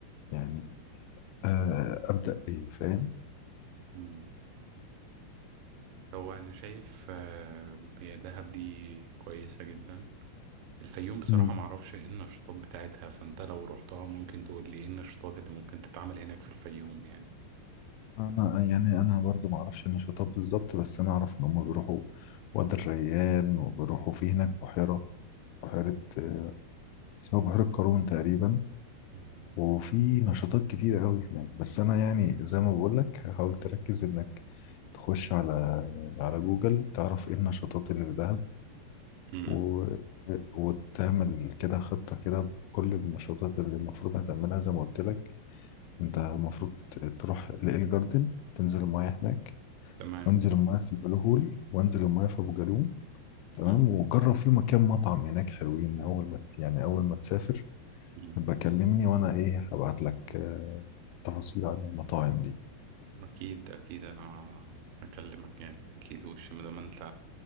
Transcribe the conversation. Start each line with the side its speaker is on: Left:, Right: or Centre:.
Left: يعني آه، ابدا بايه فاهم
Right: مم. هو أنا شايف آه، هي دهب دي كويسة جدا الفيوم بصراحة
Left: مم.
Right: معرفش إيه النشاطات بتاعتها فأنت لو رحتها ممكن تقول لي إيه النشاطات اللي ممكن تتعمل هناك في الفيوم يعني
Left: انا يعني انا برضو ما اعرفش النشاطات بالظبط بس انا اعرف ان هم بيروحوا وادي الريان وبيروحوا في هناك بحيرة بحيرة آه، اسمها بحيرة قارون تقريبا
Right: مم.
Left: وفي نشاطات كتير قوي هناك بس انا يعني زي ما بقول لك حاول تركز انك تخش على على جوجل تعرف ايه النشاطات اللي في دهب
Right: مم.
Left: و... وتعمل كده خطة كده بكل النشاطات اللي المفروض هتعملها زي ما قلت لك انت المفروض تروح لإل جاردن تنزل المايه هناك
Right: تمام
Left: وانزل المايه في البلو هول وانزل المايه في ابو جالوم تمام
Right: مم.
Left: وجرب في مكان مطعم هناك حلوين اول ما يعني اول ما تسافر
Right: مم.
Left: يبقى كلمني وانا ايه هبعت لك آه، تفاصيل عن المطاعم دي
Right: أكيد أكيد أنا هكلمك يعني أكيد وش ما دام أنت